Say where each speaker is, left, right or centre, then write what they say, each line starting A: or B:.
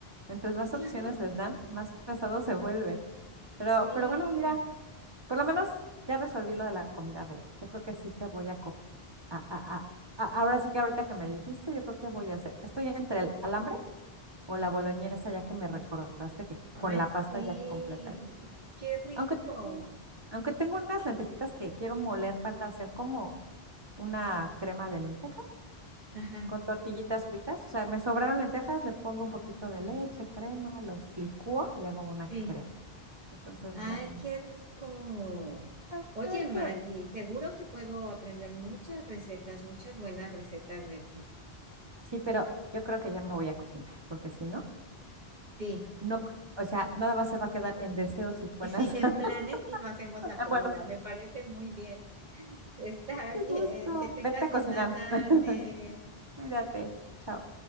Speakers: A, on the right; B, on the right.
A: Entonces, más
B: Claro,
A: opciones les dan, más pesados se vuelven. Pero,
B: sí.
A: pero bueno, mira, por lo menos ya resolví lo de la comida de hoy. Yo creo que sí te voy a, co- a, a, a- a- ahora sí que ahorita que me dijiste, yo creo que voy a hacer. Estoy entre el alambre o la boloñesa, ya que me recordaste que
B: Ay,
A: con la pasta
B: sí.
A: ya completaría.
B: Qué rico.
A: Aunque, te- aunque tengo unas lentejitas que quiero moler para hacer como una crema de lenteja
B: Ajá,
A: con tortillitas fritas. O sea, me sobraron lentejas, le pongo un poquito de leche, crema, los licúo y hago una
B: sí.
A: crema. Entonces
B: Ay,
A: ya también.
B: qué rico.
A: A
B: Oye,
A: ver
B: Magdi,
A: qué.
B: seguro que puedo aprender muchas recetas, muchas buenas recetas de ti.
A: Sí, pero yo creo que ya me voy a cocinar, porque si no,
B: Sí.
A: no. O sea, nada más se va a quedar en deseos y buenas.
B: sí, en
A: <laughs>
B: planes y no hacemos la
A: en
B: comida.
A: buenos.
B: Me parece muy bien. Está
A: Qué
B: bien.
A: gusto.
B: Que tengas
A: Vete a
B: linda
A: cocinar.
B: tarde.
A: <laughs> Cuídate. Chao.